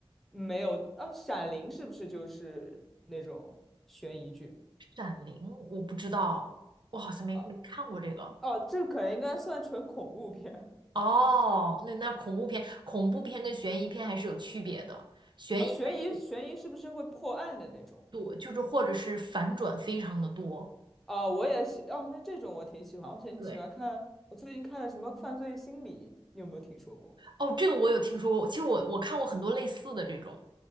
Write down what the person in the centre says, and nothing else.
没有啊，《闪灵》是不是就是那种悬疑剧
啊？哦，这可能应该算纯恐怖片
啊。悬疑悬疑是不是会破案的那种？
哦，我也喜哦，那这种我挺喜欢，我喜喜欢看。
我最近看了什么《犯罪心理》，你有没有听说过？